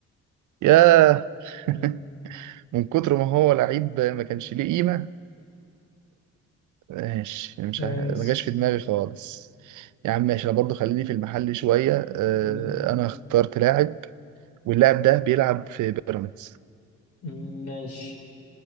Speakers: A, on the right; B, on the left.
A: ياه
B: مم.
A: <laughs> من كتر ما هو لعيب ما كانش ليه قيمة ماشي مش
B: ماشي
A: ه- ما جاش في دماغي خالص يا عم ماشي انا برضو خليني في المحل شوية آه،
B: خليه.
A: انا اخترت لاعب واللاعب ده بيلعب في بيراميدز
B: مم، ماشي